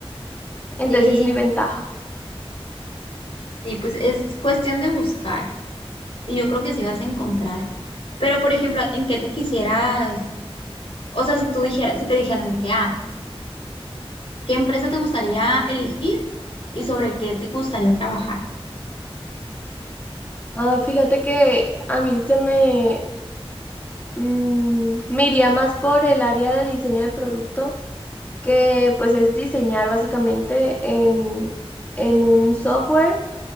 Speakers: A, on the left; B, on the left.
A: Entonces
B: Sí,
A: es mi ventaja.
B: sí, pues es cuestión de buscar y yo creo que sí vas a encontrar. Pero, por ejemplo, ¿en qué te quisieras, o sea, si tú dijeras, si te dijeran de que, ah, ¿qué empresa te gustaría elegir y sobre qué te gustaría trabajar?
A: Ah, fíjate que a mí se me, mm, me iría más por el área de diseño de producto, que pues es diseñar básicamente en, en un software